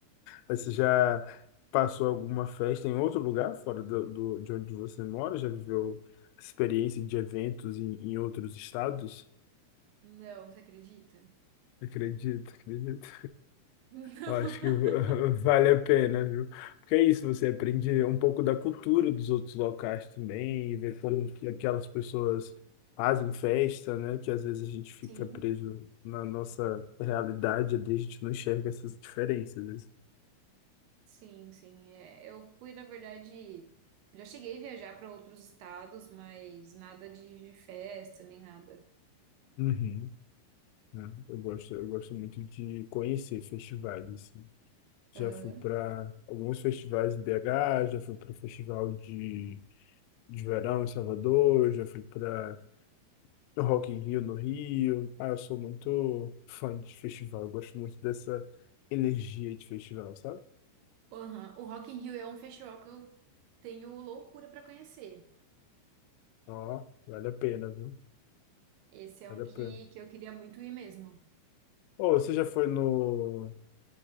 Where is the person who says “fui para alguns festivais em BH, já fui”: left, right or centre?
Left